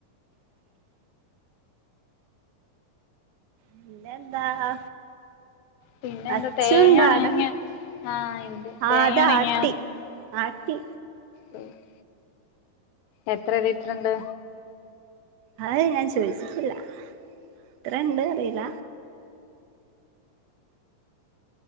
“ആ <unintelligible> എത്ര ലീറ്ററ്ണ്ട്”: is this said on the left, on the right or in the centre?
Left